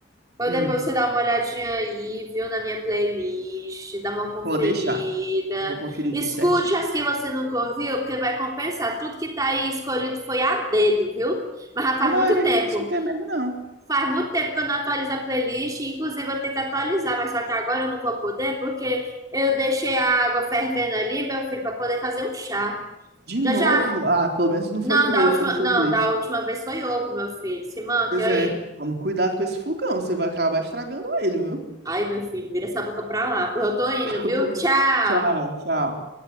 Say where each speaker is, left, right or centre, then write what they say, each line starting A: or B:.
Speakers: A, on the right; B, on the right.
A: Ou
B: Hum.
A: depois você dá uma olhadinha aí, viu, na minha playlist, dá uma conferida.
B: Pode deixar. Eu Vou conferir
A: Escute
B: tudo certinho.
A: as que você nunca ouviu, porque vai compensar. Tudo que tá aí escolhido foi a dedo, viu? Mas já faz
B: A maioria
A: muito tempo.
B: aqui eu não escutei mesmo, não.
A: Faz muito tempo que eu não atualizo a playlist, inclusive eu tenho que atualizar, mas só que agora eu não vou poder porque eu deixei a água fervendo ali, meu filho, para poder fazer um chá.
B: De
A: Já
B: novo?
A: já.
B: Ah, pelo menos não
A: Não,
B: foi com
A: da
B: ovo
A: última,
B: dessa
A: não,
B: vez.
A: da última vez foi ovo, meu filho. Se manque
B: Pois
A: aí.
B: é, toma cuidado com esse fogão, você vai acabar estragando ele, viu? <laughs>
A: Ai, meu filho, vira essa boca pra lá, porque eu tô indo,
B: Tá
A: viu?
B: bom.
A: Tchau.
B: Tchau, tchau.